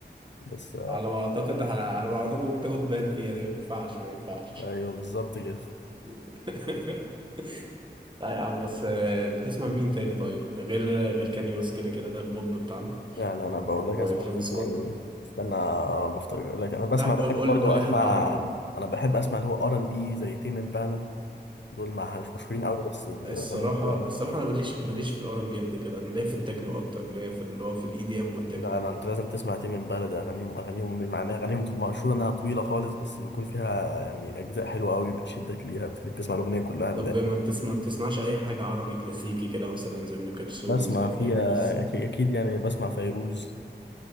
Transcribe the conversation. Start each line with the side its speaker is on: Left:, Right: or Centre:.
Left: بس
Right: على ما اعتقد على ما اعتقد ممكن تاخد بان فيها دي ما ينفعش ما ينفعش
Left: ايوه بالظبط كده
Right: <laughs> لا يا عم بس آه، بتسمع مين تاني طيب غير غير كاني ويست كده كده ده البوب بتاعنا
Left: يعني انا بقول لك
Right: وترافيس
Left: اسمع مين تاني
Right: سكوت
Left: استنى بفتكر لك انا بسمع
Right: لا قول
Left: بحب
Right: قول
Left: برضو
Right: قول
Left: اسمع
Right: لي حد عربي بقى
Left: انا بحب اسمع اللي هو ار ان بي زي تيم امبالا دول ما مش مشهورين قوي بس اغانيهم
Right: الصراحة
Left: حلوه قوي
Right: الصراحة أنا ماليش ماليش في الآر إن بي قد كده أنا ليا في التكنو أكتر ليا في اللي هو في الإي دي إم والتكنو
Left: لا لا
Right: يعني.
Left: انت لازم تسمع تيم امبالا ده اغانيهم اغانيهم معناها اغانيهم مشهوره انها طويله خالص بس بيكون فيها يعني اجزاء حلوه قوي بتشدك ليها بتخليك تسمع الاغنيه كلها لله.
Right: طب ما بتسمع ما بتسمعش اي حاجة عربي كلاسيكي كده مثلا زي ام كلثوم
Left: بسمع
Right: زي
Left: فيها
Right: فيروز
Left: أكي- اكيد يعني بسمع فيروز